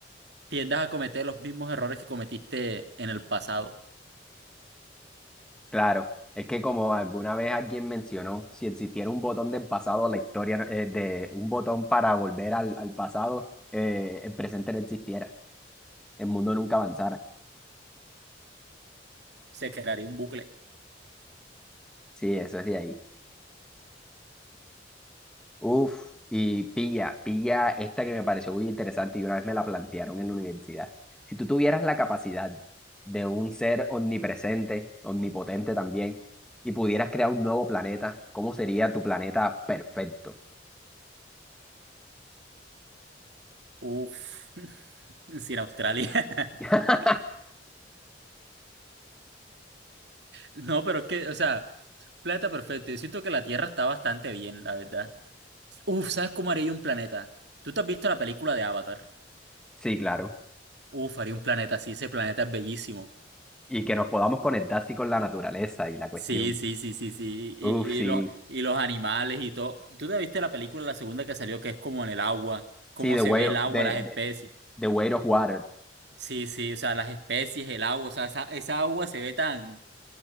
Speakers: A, on the right (about 65°); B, in the centre.
A: tiendas a cometer los mismos errores que cometiste en el pasado.
B: Claro, es que como alguna vez alguien mencionó, si existiera un botón del pasado, la historia eh, de un botón para volver al, al pasado, eh, el presente no existiera, el mundo nunca avanzara.
A: Se crearía un bucle.
B: Sí, eso es de ahí. Uf, y pilla, pilla esta que me pareció muy interesante y una vez me la plantearon en la universidad. Si tú tuvieras la capacidad de un ser omnipresente, omnipotente también, y pudieras crear un nuevo planeta, ¿cómo sería tu planeta perfecto?
A: Uf, <laughs> sin Australia. <laughs>
B: <laughs>
A: No, pero es que, o sea, planeta perfecto. Yo siento que la Tierra está bastante bien, la verdad. Uf, ¿sabes cómo haría yo un planeta? ¿Tú te has visto la película de Avatar?
B: Sí, claro.
A: Uf, haría un planeta así, ese planeta es bellísimo.
B: Y que nos podamos conectar así con la naturaleza y la cuestión.
A: Sí, sí, sí, sí, sí. Y,
B: Uf, sí.
A: y los, y los animales y todo. ¿Tú te viste la película, la segunda que salió, que es como en el agua? ¿Cómo
B: Sí, The
A: se
B: Way,
A: ve el agua,
B: the,
A: las especies?
B: the- the Weight of Water.
A: Sí, sí, o sea, las especies, el agua, o sea, esa, esa agua se ve tan...